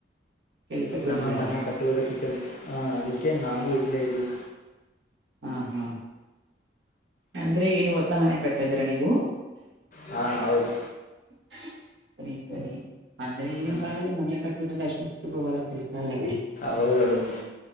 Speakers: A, on the right; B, on the left.
A: ಕೆಲ್ಸಕ್ ಬಂದಿದ್ದಾರಾ
B: ನಮ್ಮ ಮೊನ್ನೆ
A: ಹಾ
B: ಕಟ್ಟುವುದಕ್ಕೆ ಕೆ ಹ ಅದಕ್ಕೆ ನಾವು ಇಲ್ಲೇ ಇದೀವಿ.
A: ಹಾ ಹಾ ಅಂದ್ರೆ ಏನು ಹೊಸ ಮನೆ ಕಟ್ತಾ ಇದ್ದೀರಾ ನೀವು
B: ಹಾ ಹೌದು
A: <inaudible> ಸರಿ ಸರಿ ಅಂದ್ರೆ ಈಗಿನ
B: ಹ್ಮ
A: ಕಾಲದಲ್ಲಿ ಮನೆ ಕಟ್ಟುದ್ರೆ ಅಷ್ಟೊ ಸಿಗ್ಬವಲ್ಲ ಕೆಲ್ಸ ಎಲ್ಲ ಬಿಡಿ.
B: ಹೌದೌದ್ರಿ